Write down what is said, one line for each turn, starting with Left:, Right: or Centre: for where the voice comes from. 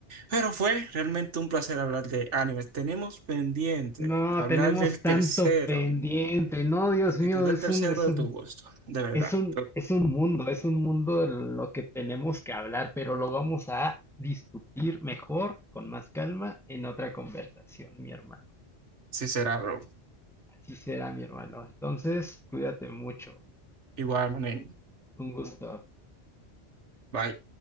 Right: Pero fue realmente un placer hablar de animes. Tenemos pendiente
Centre: No,
Right: hablar
Centre: tenemos
Right: del
Centre: tanto
Right: tercero.
Centre: pendiente. No, Dios
Right: Te
Centre: mío,
Right: quedó
Centre: es
Right: el tercero
Centre: un, es
Right: de
Centre: un,
Right: tu gusto, de verdad.
Centre: es un,
Right: Pero
Centre: es un mundo, es un mundo en lo que tenemos que hablar, pero lo vamos a discutir mejor, con más calma, en otra conversación, mi hermano.
Right: sí será, bro.
Centre: Así será, mi hermano. Entonces, cuídate mucho.
Right: Igual, manín.
Centre: Un gusto.
Right: Bye.